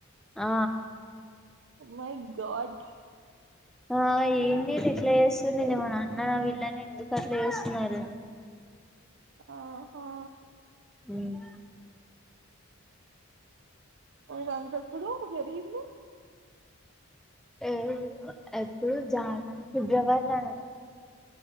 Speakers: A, in the centre; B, on the right.
A: ఆ
B: మై గాడ్
A: ఆ ఏంటి గిట్లా చేస్తుంది ఏమన్న అన్నాన. వీళ్ళని ఎందుకు అట్ల చేస్తున్నారు <inaudible>
B: ఆహా
A: మ్మ్
B: ఇదంత ఎప్పుడు జరిగింది
A: ఏమో ఎప్పుడు జానవరి ఫిబ్రవరిలోనేమో